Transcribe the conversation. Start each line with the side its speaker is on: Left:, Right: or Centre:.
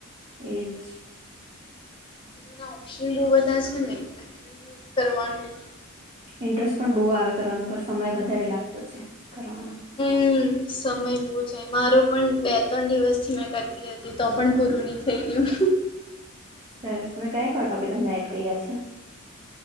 Right: એ જ.
Left: ના ઓપ્શન બહ બધા છે નેટ એને યુઝ કરવાનું.
Right: ઇન્ટરેસ્ટ પણ બહુ આવે કરવાનું પર સમય વધારે લાગતો છે કરવામાં.
Left: હમ સમય બહુ જાય મારો પણ બે ત્રણ દિવસ થી મેં કરતી. હતી તો પણ પૂરું નની થઈ રહય્યું.
Right: સરસ તમે કયા કયા ટોપિક અંદર એડ કર રહ્યા છે.